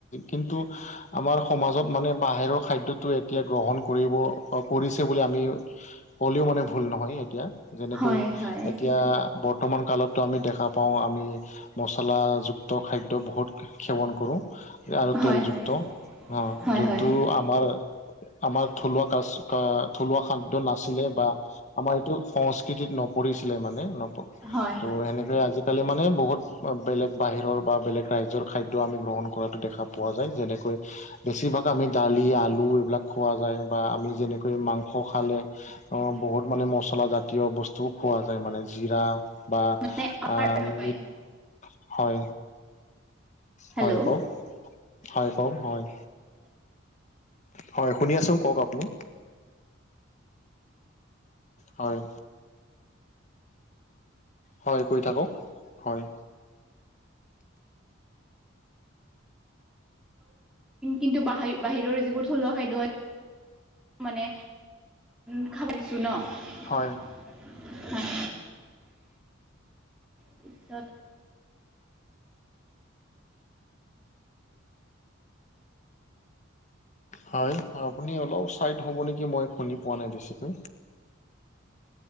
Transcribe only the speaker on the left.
কিন্তু- আমাৰ সমাজত মানে বাহিৰৰ খাদ্যটো এতিয়া গ্ৰহণ কৰিব কৰিছে বুলি আমি- ক'লেও মানে ভুল নহয় এতিয়া, যেনেকৈ
এতিয়া
বৰ্তমান কালতো আমি দেখ- তো নাপাওঁ আমি মচলাযুক্ত খাদ্য বহুত সেৱন কৰোঁ- আৰু
তেলযুক্ত।
অঁ',
যোনটো
আমাৰ- আমাৰ থলুৱা কাজ থলুৱা খাদ্য নাছিলে বা- আমাৰ এইটো সংস্কৃতিত নপৰিছিলে মানে, নপ
<unintelligible> -ৰে আজিকালি মানে বহুত বেলেগ বাহিৰৰ বা বেলেগ ৰাজ্যৰ খাদ্যও আমি গ্ৰহণ কৰা দেখা পাওঁ। পোৱা যায় যেনেকৈ বেছিভাগ আমি দালি, আলু এইবিলাক খোৱা যায় বা আমি- যেনেকৈ মাংস খালে- বহুত মানে মচলাজাতীয় বস্তুও খোৱা যায় মানে জিৰা বা
আ
মিট হয়
হয় কওক হয় কওক হয় হয় শুনি আছো কওক আপুনি হয় হয় কয় থাকক হয়
হয়
হয় আপুনি অলপ চাইড হব নেকি মই শুনি পোৱা নাই বেছিকৈ